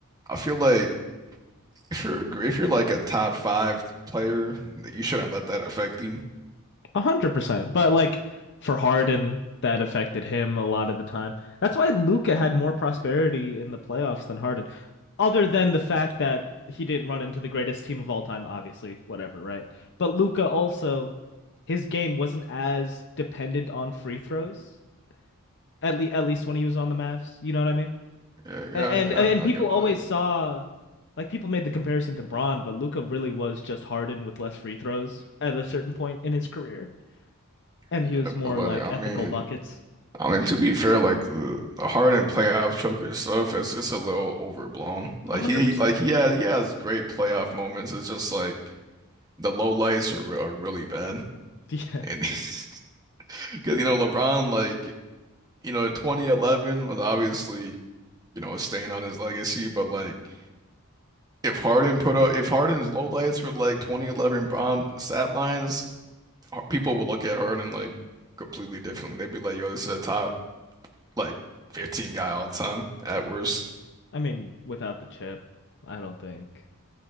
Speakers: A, on the right; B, on the left.
A: I feel like. If you're a gr- if you're like a top five player, you shouldn't let that affect you.
B: a hundred percent. But like for Harden, that affected him a lot of the time. That's why Luca had more prosperity in the playoffs than Harden, other than the fact that he didn't run into the greatest team of all time, obviously, whatever, right? But Luca also, his game wasn't as dependent on free throws, at le at least when he was on the Mavs. You know what I mean?
A: Yeah, yeah,
B: And
A: yeah.
B: and
A: I
B: people
A: get
B: always
A: that.
B: saw like people made the comparison to Braun, but Luca really was just Harden with less free throws at a certain point in his career, and
A: Yeah,
B: he was more
A: but like,
B: like
A: I
B: ethical
A: mean,
B: buckets.
A: I mean to be fair, like the the Harden playoff choker stuff is just a little overblown. Like
B: A hundred
A: he,
B: percent.
A: like he
B: <laughs>
A: has he has great playoff moments. It's just like the low lights are re- are really bad,
B: Yeah,
A: and <laughs> because you know LeBron, like you know, in 2011 was obviously you know a stain on his legacy, but like. If Harden put up, if Harden's low lights for like 2011 bomb stat lines, Har- people would look at Harden like completely differently. They'd be like, "Yo, this is a top like 15 guy all the time at worst."
B: I mean, without the chip, I don't think